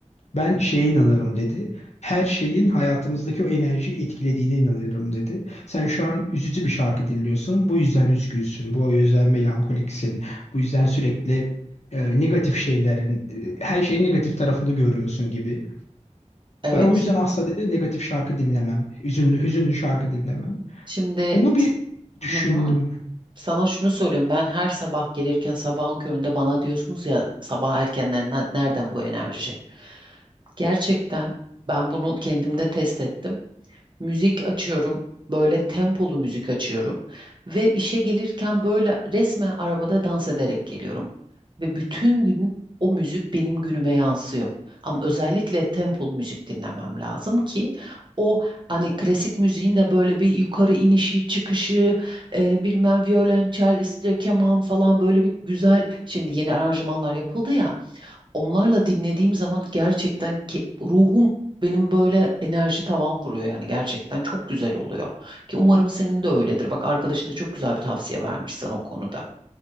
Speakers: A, on the left (about 60°); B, on the right (about 40°).
A: ben şeye inanırım dedi. Her şeyin hayatımızdaki o enerjiyi etkilediğine inanırım dedi. Sen şu an üzücü bir şarkı dinliyorsun. Bu yüzden üzgünsün. Bu yüzden melankoliksin. Bu yüzden sürekli e, negatif şeylerin, e, her şeyin negatif tarafını görüyorsun gibi.
B: evet.
A: Ben o yüzden asla dedi negatif şarkı dinlemem. Hüzünlü, hüzünlü şarkı dinlemem.
B: Şimdi
A: Onu bir düşündüm.
B: hı hı, sana şunu söyleyeyim. Ben her sabah gelirken sabahın köründe bana diyorsunuz ya sabah erkenden ne- nereden bu enerji? Gerçekten ben bunu kendimde test ettim. müzik açıyorum. Böyle tempolu müzik açıyorum ve işe gelirken böyle resmen arabada dans ederek geliyorum. Ve bütün gün o müzik benim günüme yansıyor. Ama özellikle tempolu müzik dinlemem lazım ki o hani klasik müziğin de böyle bir yukarı inişi, çıkışı, e, bilmem violonçel, işte keman falan böyle bir güzel şimdi yeni aranjmanlar yapıldı ya onlarla dinlediğim zaman gerçekten ke- ruhum benim böyle enerji tavan vuruyor yani gerçekten çok güzel oluyor. Ki umarım senin de öyledir. Bak arkadaşın da çok güzel bir tavsiye vermiş sana o konuda.